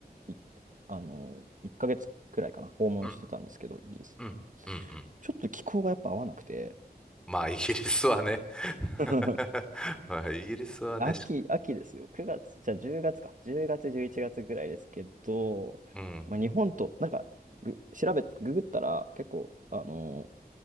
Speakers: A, on the right; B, in the centre.
A: いあの、1ヶ月くらいかな、訪問してたんですけど、
B: うん、
A: イギリス。
B: うん、うん、うん。
A: ちょっと気候がやっぱ合わなくて、
B: まあ、イギリスはね。<laughs>
A: <laughs>
B: まあ、イギリスはね、
A: 秋、
B: し
A: 秋ですよ。9月、じゃあ10月か。10月、11月ぐらいですけど、
B: うん。
A: まあ、日本と、なんか、ぐ調べ、ググったら結構、あの、